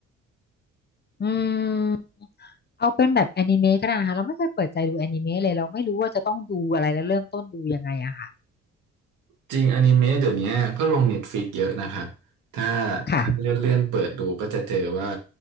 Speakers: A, on the left; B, on the right.
A: อืมเอาเป็นแบบแอนิเมะก็ได้นะคะเราไม่เคยเปิดใจดูแอนิเมะเลยเราไม่รู้ว่าจะต้องดูอะไรแล้วเริ่มต้นดูยังไงอะค่ะ
B: จริงอนิเมะเดี๋ยวนี้ก็ลงเน็ตฟ i ิกเยอะนะครับถ้า
A: ค่ะ
B: ถ้าเลื่อนเลื่อนเปิดดูก็จะเจอว่า